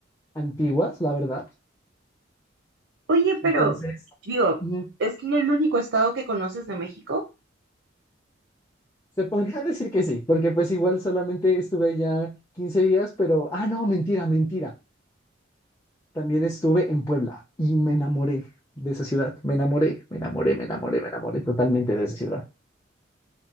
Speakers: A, on the left (about 15°); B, on the right (about 75°).
A: antiguas, la verdad.
B: Oye, pero
A: Entonces,
B: digo,
A: mm,
B: ¿es el único estado que conoces de México?
A: se podría <laughs> decir que sí, porque pues igual solamente estuve allá 15 días, pero, ah, no, mentira, mentira. También estuve en Puebla y me enamoré de esa ciudad. Me enamoré, me enamoré, me enamoré, me enamoré totalmente de esa ciudad.